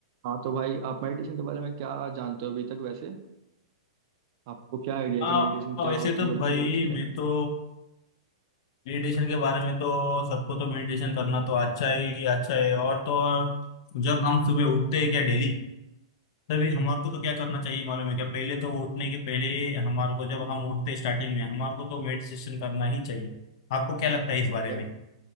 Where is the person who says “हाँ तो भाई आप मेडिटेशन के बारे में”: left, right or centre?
Right